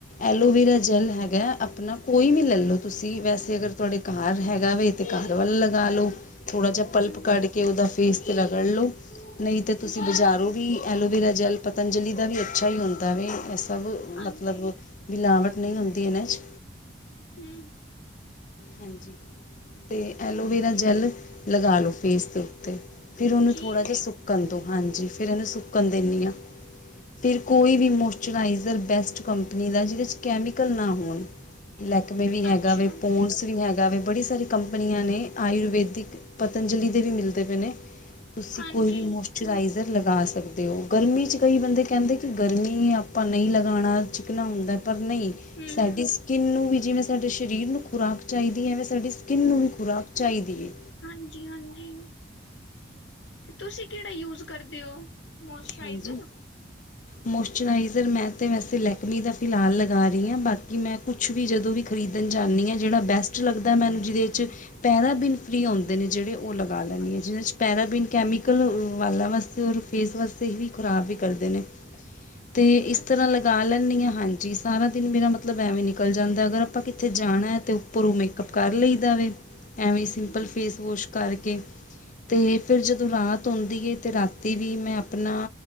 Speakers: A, on the left; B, on the left.
A: ਐਲੋਵੇਰਾ ਜੈਲ ਹੈਗਾ, ਆਪਣਾ ਕੋਈ ਵੀ ਲ ਲੋ ਤੁਸੀਂ, ਵੈਸੇ ਅਗਰ ਤੁਹਾਡੇ ਕਾਰ ਹੈਗਾ ਵ ਤੇ ਕਾਰ ਵੱਲ ਲਗਾ ਲਓ, ਥੋੜਾ ਜਿਹਾ ਪਲਪ
B: ਹੂੰ,
A: ਕੱਢ ਕੇ ਕਿ ਉਹਦਾ ਫੇਸ 'ਰਗੜ ਲਉ, ਨਹੀਂ ਤਾਂ ਤੁਸੀਂ
B: ਜੀ,
A: ਬਜ਼ਾਰੋ ਵੀ ਐਲੋਵੇੀਰਾ ਜੈਲ ਪਤੰਜਲੀ ਦਾ ਵੀ ਅੱਛਾ ਹੀ ਹੁੰਦਾ ਵ। ਇਹ ਸਭ
B: ਹਾਂਜੀ,
A: ਮਤਲਬ ਮਿਲਾਵਟ ਨਹੀਂ ਹੁੰਦੀ ਇਹਨਾਂ 'ਚ-
B: ਹੂ-
A: ਹਾਂਜੀ, ਤੇ ਐਲੋਵੇਰਾ ਜੈੱਲ ਲਗਾ ਲਓ। ਫੇਸ 'ਤੇ ਉਤੇ, ਫਿਰ ਉਹਨੂੰ
B: ਜੀ,
A: ਥੋੜ੍ਹਾ ਜਿਹਾ ਸੁੱਕਣ ਦਿਉ। ਹਾਂਜੀ, ਫਿਰ ਉਹਨੂੰ ਸੁੱਕਣ ਦਿੰਦੀ ਹਾਂ। ਫਿਰ ਕੋਈ ਵੀ ਮੋਇਸਚਰਾਈਜਰ ਬੈਸਟ ਕੰਪਨੀ ਦਾ, ਜਿਹਦੇ ਵਿੱਚ ਕੈਮੀਕਲ ਨਾ ਹੋਣ, ਲੈਕਮੇ ਵੀ ਹੈਗਾ
B: ਅੱਛਾ,
A: ਵੀ, ਪੋ ਵੀ ਹੈਗਾ ਵ, ਬੜੀ ਸਾਰੀ ਕੰਪਨੀਆਂ ਨੇ ਆਯੁਰਵੇੈਦਿਕ, ਪਤੰਜਲੀ ਦੇ ਵੀ ਮਿਲਦੇ ਪਏ ਨੇ। ਤੁਸੀਂ
B: ਹਾਂਜੀ,
A: ਕੋਈ ਵੀ ਮੋਸ਼ਰ ਮਕਚੁਰਾਈਜ਼ਰ ਲਗਾ ਸਕਦੇ ਹੋ। ਗਰਮੀ 'ਚ ਕਈ ਬੰਦੇ ਕਹਿੰਦੇ ਕਿ ਗਰਮੀ ਆਪਾਂ ਨਹੀਂ ਲਗਾਉਣਾ ਚਿਕਣਾ ਹੁੰਦਾ, ਪਰ ਨਹੀਂ
B: ਹੂੰ,
A: ਸਾਡੀ ਸਕਿੰਨ ਨੂੰ ਵੀ, ਜਿਵੇਂ ਸਾਡੇ ਸਰੀਰ ਨੂੰ ਖੁਰਾਕ ਚਾਹੀਦੀ ਹੈ ਐਵੇਂ ਸਾਡੀ ਸਕਿੰਨ ਨੂੰ ਵੀ ਖੁਰਾਕ ਚਾਹੀਦੀ ਏ।
B: ਹਾਂਜੀ ਹਾਂਜੀ, ਤੇ ਤੁਸੀਂ ਕਿਹੜਾ ਯੂਜ ਕਰਦੇ ਹੋ? ਮੋਇਸਚਰਾਈਜ਼ਰ,
A: ਹਾਂਜੀ। ਮੋਸਚਰਾਈਜਰ ਮੈਂ ਤੇ ਵੈਸੇ ਲੈਕਮੀ ਦਾ ਫਿਲਹਾਲ ਲਗਾ ਰਹੀ ਹਾਂ, ਬਾਕੀ ਮੈਂ ਕੁਛ ਕੁਛ ਵੀ ਜਦੋਂ ਵੀ ਖਰੀਦਣ ਜਾਂਦੀ ਹਾਂ, ਜਿਹੜਾ ਬੈਸਟ ਲੱਗਦਾ ਮੈਨੂੰ ਜਿਹਦੇ 'ਚ ਪੈਰਾ ਬੀਨ ਫਰੀ ਆਉਂਦੇ ਨੇ ਜਿਹੜੇ ਉਹ ਲਗਾ ਲੈਂਦੀ
B: ਅੱਛਾ,
A: ਹਾਂ। ਜਿਹਨ੍ਹਾਂ 'ਚ ਪੈਰਾਬੀਨ ਕੈਮੀਕਲ ਵਾਲਾਂ ਵਾਸਤੇ ਔਰ ਫੇਸ ਵਾਸਤੇ ਵੀ ਖੁਰਾਬ ਵੀ ਕਰਦੇ ਨੇ, ਤੇ ਇਸ
B: ਅੱਛਾ,
A: ਤਰ੍ਹਾਂ ਲਗਾ ਲੈਂਦੀ ਹਾਂ, ਹਾਂਜੀ ਜੀ, ਸਾਰਾ ਦਿਨ ਮੇਰਾ ਮਤਲਬ ਐਵੇਂ ਨਿਕਲ ਜਾਂਦਾ, ਅਗਰ ਆਪਾਂ ਕਿੱਥੇ ਜਾਣਾ ਹੈ ਤਾਂ ਉੱਪਰੋਂ ਮੇਕਅਪ ਕਰ ਲਈ ਦਾ ਵੇ। ਐਵੇਂ ਸਿੰਪਲ
B: ਜੀ,
A: ਫੇਸਵੋਸ਼ ਕਰਕੇ, ਤੇ ਫਿਰ ਜਦੋਂ ਰਾਤ ਹੁੰਦੀ ਹੈ ਅਤੇ ਰਾਤੀ ਵੀ ਮੈਂ ਆਪਣਾ